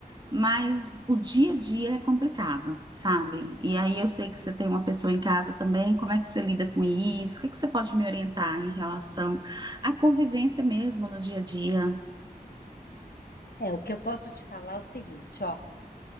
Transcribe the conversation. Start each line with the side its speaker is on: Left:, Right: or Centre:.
Right: mas o dia a dia é complicado, sabe? E aí eu sei que você tem uma pessoa em casa também, como é que você lida com isso? O que é que você pode me orientar em relação à convivência mesmo no dia a dia?
Left: É, o que eu posso te falar é o seguinte, ó.